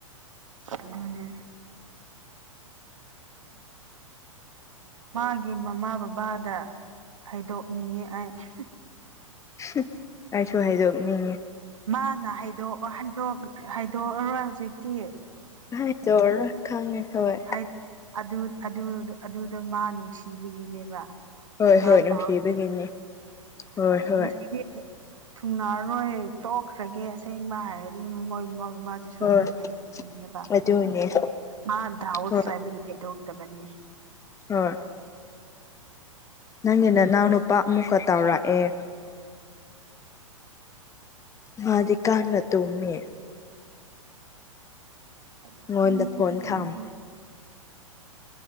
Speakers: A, on the right (about 65°); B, on the left (about 15°).
A: ꯑꯗꯨꯅꯤ ꯃꯥꯒꯤ ꯃꯃꯥ ꯕꯕꯥꯗ ꯍꯥꯏꯗꯣꯛꯅꯤꯡꯉꯦ ꯑꯩ <unintelligible>
B: <unintelligible> ꯑꯩꯁꯨ ꯍꯥꯏꯗꯣꯛꯅꯤꯡꯉꯦ
A: ꯃꯥꯅ ꯍꯥꯏꯗꯣꯛꯑꯣ ꯍꯥꯏꯗꯣꯛ ꯍꯥꯏꯗꯣꯛꯑꯔꯣꯏ ꯍꯧꯖꯤꯛꯇꯤ
B: ꯍꯥꯏꯗꯣꯛ ꯑꯔꯣꯏ ꯈꯪꯉꯦ ꯈꯣꯏ
A: ꯑꯥꯏꯠ ꯑꯗꯨ ꯑꯗꯨꯗꯣ ꯑꯗꯨꯗ ꯃꯥ ꯅꯨꯡꯁꯤꯕꯒꯤꯅꯦꯕ
B: ꯍꯣꯏ
A: ꯃꯥ
B: ꯍꯣꯏ
A: ꯄꯥꯎ
B: ꯅꯨꯡꯁꯤꯕꯒꯤꯅꯤ ꯍꯣꯏ
A: ꯑꯗ
B: ꯍꯣꯏ
A: ꯉꯁꯤ <unintelligible> ꯊꯨꯡꯅꯔꯔꯣꯏ ꯇꯣꯛꯈ꯭ꯔꯒꯦ ꯑꯁꯦꯡꯕ ꯍꯥꯏꯔꯗꯤ ꯃꯣꯏ ꯃꯃꯥ ꯕꯕꯥꯗ ꯗꯨꯁꯨ
B: ꯍꯣꯏ
A: ꯑꯗꯨꯝ ꯍꯥꯏꯗꯣꯛꯀꯅꯤꯕ
B: ꯑꯗꯨꯅꯦ
A: ꯃꯥ ꯗꯥꯎꯠ
B: ꯍꯣꯏ
A: ꯂꯩꯕꯒꯤ ꯍꯥꯏꯗꯣꯛꯇꯕꯅꯦ
B: ꯍꯣꯏ ꯅꯪꯒꯤ ꯅꯅꯥꯎ ꯅꯨꯄꯥ ꯑꯃꯨꯛꯀꯥ ꯇꯥꯎꯔꯛꯑꯦ ꯃꯥꯗꯤ ꯀꯥꯟꯅ ꯇꯨꯝꯃꯤ
A: ꯍꯧꯗꯣꯛꯀꯅꯨꯗ
B: ꯃꯉꯣꯟꯗ ꯐꯣꯟ
A: ꯑꯗꯨ ꯑꯣꯏꯔꯗꯤ
B: ꯊꯥꯝ